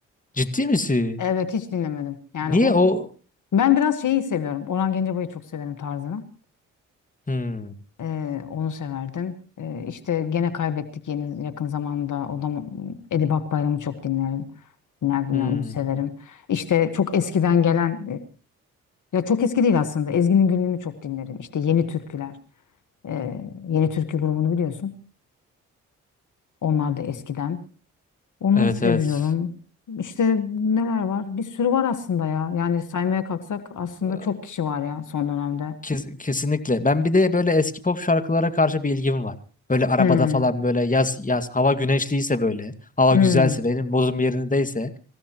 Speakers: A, on the left (about 25°); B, on the left (about 60°).
A: Ciddi misin?
B: Evet hiç dinlemedim. Yani
A: Niye
B: onu
A: o?
B: ben biraz şeyi seviyorum. Orhan Gencebay'ı çok severim tarzını.
A: Hmm,
B: Ee, onu severdim. Ee, işte gene kaybettik yeni yakın zamanda. O da Edip Akbayram'ı çok dinlerim. Dinlerdim
A: hmm.
B: ya onu severim. İşte çok eskiden gelen e, ya çok eski değil aslında. Ezgi'nin Günlüğü'nü çok dinlerim. İşte Yeni Türküler. Ee, Yeni Türkü grubunu biliyorsun. Onlar da eskiden. Onları
A: Evet
B: seviyorum.
A: evet.
B: İşte neler var? Bir sürü var aslında ya. Yani saymaya kalksak aslında
A: Ee,
B: çok kişi var ya son dönemde.
A: Kes- kesinlikle. Ben bir de böyle eski pop şarkılara karşı bir ilgim var. Böyle arabada
B: Hmm,
A: falan böyle yaz yaz hava güneşliyse böyle hava
B: hmm.
A: güzelse benim modum yerindeyse